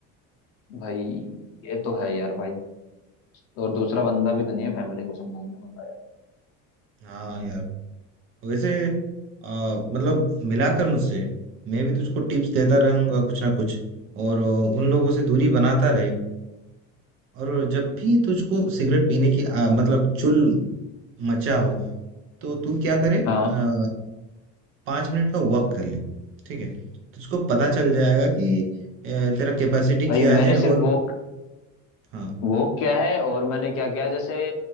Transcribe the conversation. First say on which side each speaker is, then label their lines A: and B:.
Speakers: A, on the left (about 50°); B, on the right (about 45°).
A: भाई ये तो है यार भाई और दूसरा बंदा भी तो नहीं है फैमिली को संभालने वाला यार
B: हाँ यार वैसे अ, मतलब मिलाकर मुझसे मैं भी तुझको टिप्स देता रहूंगा कुछ ना कुछ और अ, उन लोगों से दूरी बनाता रहे और जब भी तुझको सिगरेट पीने की आ, मतलब चुल मचा हो तो तू क्या करे आ,
A: हाँ
B: पांच मिनट का वॉक कर ले ठीक है तुझको पता चल जाएगा कि अ, तेरा कैपेसिटी
A: भाई
B: क्या
A: मैंने
B: है
A: सिर्फ
B: और
A: वॉक
B: हाँ
A: वॉक किया है और मैंने क्या किया जैसे